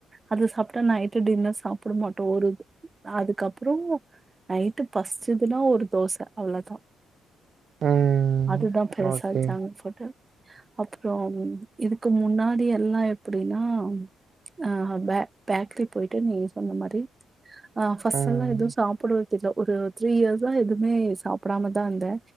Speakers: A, on the right (about 20°); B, on the right (about 45°).
A: அது சாப்பிட்டா நைட்டு டின்னர் சாப்பிட மாட்டோம் ஒரு அதுக்கப்பறோ நைட்டு பசிச்சுதுன்னா ஒரு தோச அவ்வளதான்
B: ம்.
A: அதுதான் பெருசா
B: ஓகே.
A: ஜங்க்ஃபுட்டு அப்பறோ இதுக்கு முன்னா முன்னடியெல்லா எப்டின்னா அஹ் பே பேக்கிரி போயிட்டு நீங்சொன்ன மாரி ஆஹ் பஸ்சல்லாம்
B: ம்.
A: எதுவும் சாப்பிடுற ல்ல ஒரு த்ரீ இயர்ஸ்ஸா எதுவுமே சாப்டாம தான் இருந்தே